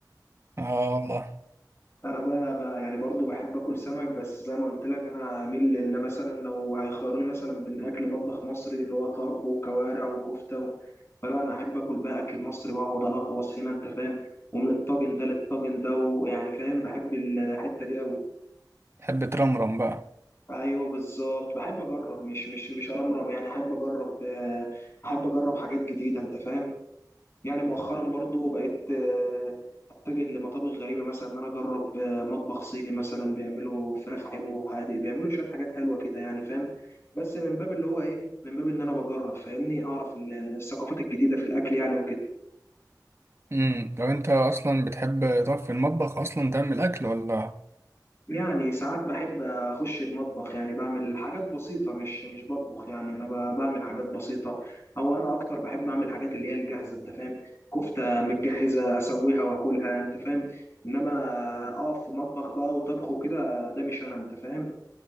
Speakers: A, on the right (about 35°); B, on the left (about 35°).
A: اه والله
B: انا بقى, بقى يعني برضو بحب اكل سمك بس زي ما قلت لك انا اميل لان مثلا لو هيخيروني مثلا بين اكل مطبخ مصري اللي هو طرب وكوارع وكفته و... فلا انا احب اكل بقى اكل مصري واقعد الغوص هنا انت فاهم ومن الطاجن ده للطاجن ده ويعني فاهم بحب الحته دي قوي
A: تحب ترمرم بقى
B: ايوه بالظبط بحب اجرب مش مش مش ارمرم يعني احب اجرب آه، احب اجرب حاجات جديده انت فاهم يعني مؤخرا برضو بقيت آه، اتجه لمطابخ غريبه مثلا ان انا اجرب آه، مطبخ صيني مثلا بيعملوا فراخ حلوه وحادق بيعملوا شويه حاجات حلوه كده يعني فاهم بس من باب اللي هو ايه من باب ان انا بجرب فاهمني اعرف ال- الثقافات الجديده في الاكل يعني وكده
A: امم لو انت اصلا بتحب تقف في المطبخ اصلا تعمل اكل ولا
B: يعني ساعات بحب اخش المطبخ يعني بعمل حاجات بسيطه مش مش بطبخ يعني انا ب- بعمل حاجات بسيطه او انا اكتر بحب اعمل حاجات اللي هي الجاهزه انت فاهم كفته متجهزه اسويها واكلها انت فاهم انما اقف في مطبخ بقى وطبخ وكده ده مش انا انت فاهم